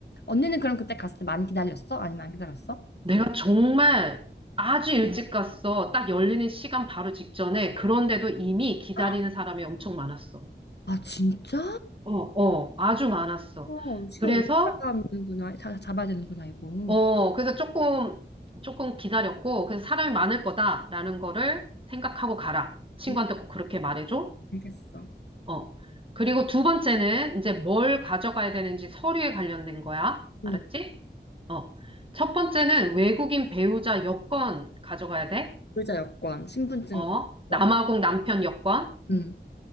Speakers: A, on the left (about 65°); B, on the right (about 30°).
A: 언니는 그럼 그때 갔을 때 많이 기다렸어? 아니면 안 기다렸어?
B: 내가 정말 아주 일찍 갔어. 딱 열리는 시간 바로 직전에. 그런데도 이미 기다리는
A: <gasps>
B: 사람이 엄청 많았어.
A: 아, 진짜?
B: 어, 어, 아주 많았어.
A: 어, 시간
B: 그래서,
A: 오래 잡아는구나. 자, 잡아야 되는구나, 이거.
B: 어, 그래서 조금, 조금 기다렸고, 그래서 사람이 많을 거다라는 거를 생각하고 가라. 친구한테
A: 음,
B: 꼭 그렇게 말해줘.
A: 알겠어.
B: 어. 그리고 두 번째는 이제 뭘 가져가야 되는지 서류에 관련된 거야.
A: 응.
B: 알았지? 어. 첫 번째는 외국인 배우자 여권 가져가야 돼.
A: 불자 여권, 신분증
B: 어. 남아공
A: 여권. 어.
B: 남편 여권.
A: 음.